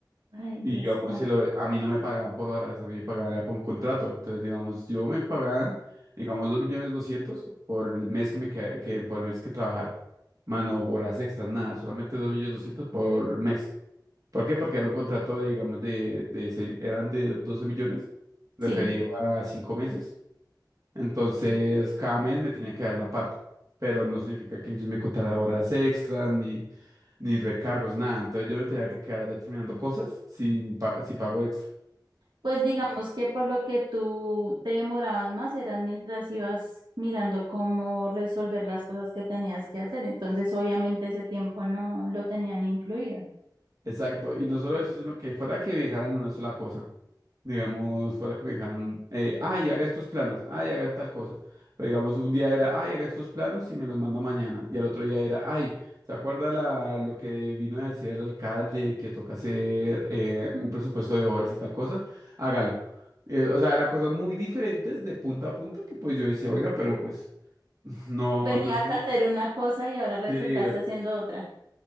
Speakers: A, on the right; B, on the right.
A: Ay,
B: Y
A: Dios,
B: digamos,
A: claro.
B: se lo- a mí no me pagaban por horas, a mí me pagaban era por un contrato. Entonces, digamos, yo me pagaban, digamos, 2 millones doscientos por el mes que me queda- que, por el mes que trabajara. Más no horas extras, nada, solamente 2 millones doscientos por mes. ¿Por qué? Porque era un contrato de, digamos, de, de seis- eran de 12 millones, referido
A: Sí.
B: a 5 meses. Entonces, cada mes me tenía que dar una parte. Pero no significa que ellos me contara horas extras, ni, ni recargos, nada. Entonces yo me tenía que quedar allá terminando cosas sin, pa- sin pago extra.
A: Pues digamos que por lo que tú te demorabas más eran mientras ibas mirando cómo resolver las cosas que tenías que hacer. Entonces, obviamente ese tiempo no lo tenían incluido.
B: Exacto. Y no solo eso, sino que fuera que me dejaran una sola cosa. Digamos, fuera que me dejaran, eh, ay, haga estos planos, ay, haga tal cosa. Pero digamos, un día era, ay, haga estos planos y me los manda mañana. Y al otro día era, ay, ¿se acuerda la, lo que vino a decir el alcalde que toca hacer eh,
A: Mm.
B: un presupuesto de obras y tal cosa? Hágalo. Eh, o sea, eran cosas muy diferentes de punta a punta que pues yo decía, oiga, pero pues <laughs> no,
A: Venías
B: no es como...
A: a hacer una cosa y ahora resultaste
B: Sí, eh,
A: haciendo otra.